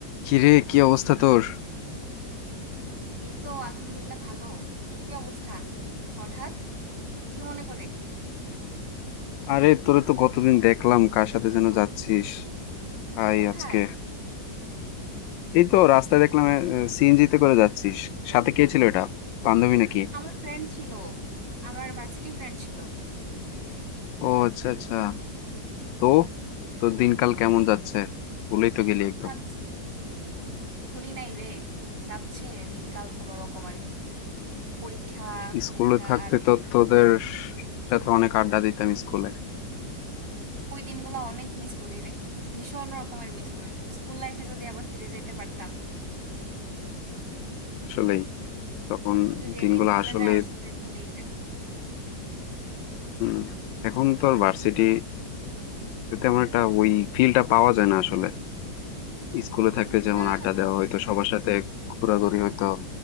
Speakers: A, on the left (about 85°); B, on the right (about 75°).
A: কিরে কি অবস্থা তোর
B: এই তো আলহামদুলিল্লাহ ভালো তোর কি অবস্থা হঠাৎ কি মনে করে
A: আরে তোরে তো গতদিন দেখলাম কার সাথে যেন যাচ্ছিস আই
B: কোথায়
A: আজকে এই তো রাস্তায় দেখলাম সিএনজি তে করে যাচ্ছিস সাথে কে ছিল এটা বান্ধবী নাকি
B: আমার ফ্রেন্ড ছিল আমার ভার্সিটি ফ্রেন্ড ছিল
A: ও আচ্ছা আচ্ছা তো তোর দিনকাল কেমন যাচ্ছে ভুলেই তো গেলি একদম
B: যাস, ভুলি নাই রে যাচ্ছে দিনকাল কোনো রকম আর কি পরীক্ষা পরীক্ষা
A: স্কুলে থাকতে
B: আর শুধু
A: তো তোদের
B: পরীক্ষা
A: সাথে অনেক আড্ডা দিতাম স্কুলে
B: ওই দিনগুলো অনেক মিস করি রে ভীষণ রকমের মিস করি স্কুল লাইফে যদি আবার ফিরে যেতে পারতাম
A: আসলেই তখন
B: কিন্তু যেদিন
A: দিনগুলো
B: চলে
A: আসলে
B: যায় আসলে চলেই যায়
A: হম এখন তো আর ভার্সিটি তেমন একটা ওই ফিলটা পাওয়া যায় না আসলে স্কুলে থাকতে যেমন
B: না
A: আড্ডা
B: না
A: দেওয়া হইতো সবার সাথে ঘোরাঘুরি হইতো